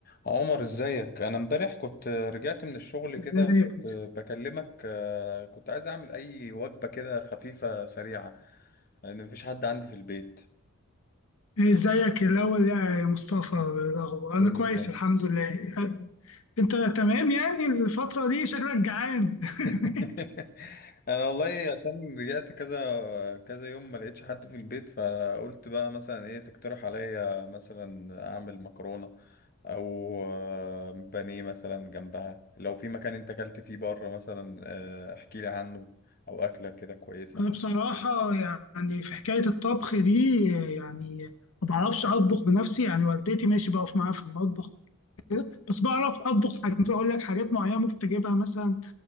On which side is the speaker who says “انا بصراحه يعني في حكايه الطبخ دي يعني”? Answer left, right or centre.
Left